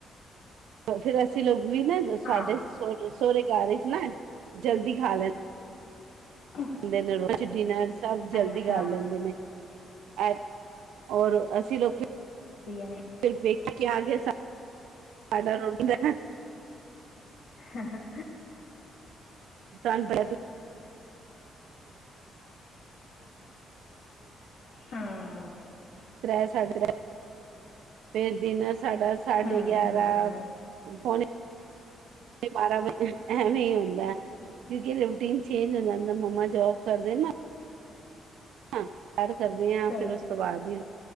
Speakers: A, on the right; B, on the left.
A: ਫੇਰ ਅਸੀਂ ਲੋਕ ਵੀ ਨਾ
B: ਹਾਂ
A: ਸਾਢੇ ਸੋ ਸੋਹਰੇ ਘਰ ਵਿੱਚ ਨਾ ਜਲਦੀ ਖਾ ਲੈਦੇ
B: ਅੱਛਾ
A: ਦੇ ਨੇ ਰੋਜ਼ ਡਿਨਰ ਸਭ ਜਲਦੀ
B: ਅੱਛਾ
A: ਕਰ ਲੈਂਦੇ ਨੇ ਅ ਔਰ ਅਸੀਂ ਲੋਕ ਫਿਰ
B: ਦੀ ਆਏ
A: ਪੇਕੇ ਆ ਗਏ ਸਾਡਾ ਰੋਟੀ ਦਾ ਨਾ
B: ਹਾ ਹਾ
A: <inaudible> ਸਾਡੇ
B: ਹਮ
A: ਤ੍ਰੈ ਸਾਢੇ ਤੈ ਫੇਰ ਜਿਨ੍ਹਾਂ ਸਾਡਾ ਸਾਢੇ
B: ਹਮ
A: ਗਿਆਰਾਂ ਪੋਣੇ ਏ ਬਾਰਾਂ ਵਜੇ, ਐਵੇਂ ਹੀ ਹੁੰਦਾ ਕਿਉਂਕਿ ਕਿੰਜ ਚੇਂਜ ਹੋ ਜਾਂਦੇ, ਮੰਮਾ ਜੋਬ ਕਰਦੇ ਨਾ ਹਾਂ ਐੱਡ ਕਰਦੇ ਆਂ,
B: ਸਹੀ
A: ਫੇਰ ਉਸ ਤੋਂ ਬਾਅਦ ਵੀ